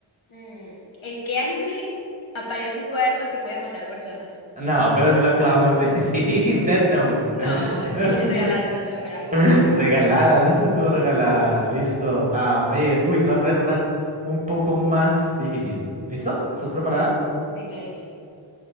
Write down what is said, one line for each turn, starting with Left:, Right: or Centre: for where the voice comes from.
Left: Mm. ¿En qué anime <laughs> aparece un cuaderno que puede matar personas?
Right: No, pero si lo acabamos de <laughs> decir. Dead Note.
Left: No,
Right: <laughs>
Left: sí, regalátelo, te lo regalo, te lo regalo.
Right: Regalada, eso estuvo regalada. Listo. A ver. Uy, se va a poner una un poco más difícil. ¿Listo? ¿Estás preparada?
Left: Dime, dime.